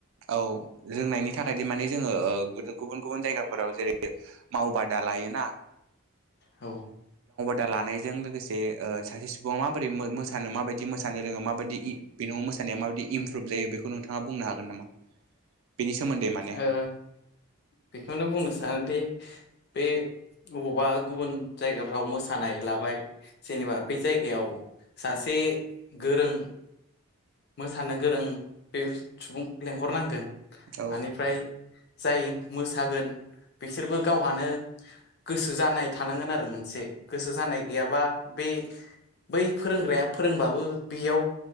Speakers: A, on the right; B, on the left.
A: औ रोंनायनि थाखाय दि माने जोङो ओ गुबुन गुबुन जायगाफोराव जेरै मावबादा लायोना।
B: औ।
A: दा लानायजों लोगोसे सासे ओ सुबुंङा माबोरै मो-मोसानो माबायदि मोसानो रोङो माबायदि बेनाव इ मोसानाया माबायदि इमप्रुभ जायो बेखौ नोंथाङा बुंनो हागोन नामा? बेनि सोमोन्दै माने
B: ओ बेखौनो बुंनो सानोदि बे अबावबा गुबुन जायगाफ्राव मोसानाय लाबाय जेनेबा बे जायगायाव सासे गोरों मोसानो गोरों बे सुबुं लेंहरनांगोन।
A: औ
B: आनिफ्राय जाय मोसागोन बिसोरबो गावहानो गोसो जानाय थानांगोन आरो मोनसे। गोसो जानाय गैयाबा बे बै फोरोंग्राया फोरोंबाबो बेयाव